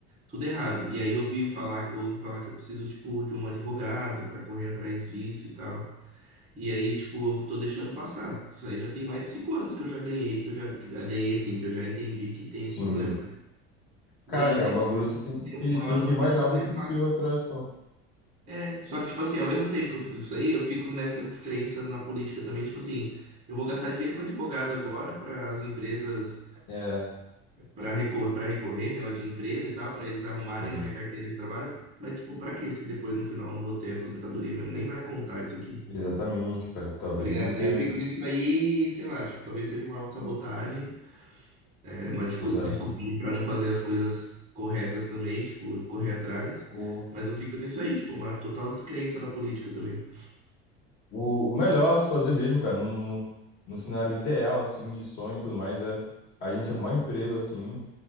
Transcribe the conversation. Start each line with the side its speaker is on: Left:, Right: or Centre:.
Right: tudo errado. E aí eu ouvi falar, eu ouvi falar que eu preciso, tipo, de um advogado para correr atrás disso e tal. E aí, tipo, eu tô deixando passar. Isso aí já tem mais de cinco anos que eu já ganhei, que eu já que- ganhei, assim, que eu já entendi que tem
Left: Sim.
Right: esse problema.
Left: Caraca,
Right: E aí,
Left: é
Right: depois,
Left: um bagulho que você tem
Right: assim, uma
Left: que, tem
Right: hora
Left: que
Right: eu vou
Left: ir mais
Right: ter problema
Left: rápido possível atrás, pô.
Right: é, só que, tipo assim, ao mesmo tempo que eu fico com isso aí, eu fico nessa descrença na política também, tipo assim, eu vou gastar dinheiro com advogado agora para as empresas,
Left: É.
Right: para recorrer, para recorrer, negócio de empresa e tal, para eles arrumarem
Left: Sim.
Right: na minha carteira de trabalho, mas, tipo, pra quê? Se depois no final eu não vou ter aposentadoria mesmo, nem vai contar isso aqui.
Left: Exatamente, cara. Talvez
Right: Tá ligado?
Left: nem tenha
Right: Aí eu
Left: mesmo.
Right: fico nisso aí, sei lá, tipo, talvez seja uma autossabotagem, é uma descu-
Left: Exato.
Right: desculpinha pra não fazer as coisas corretas também, tipo, correr atrás.
Left: O,
Right: Mas eu fico nisso aí, tipo, uma total descrença na política também.
Left: o, o melhor a se fazer mesmo, cara, no no cenário ideal, assim, de sonho e tudo mais, é a gente arrumar um emprego, assim,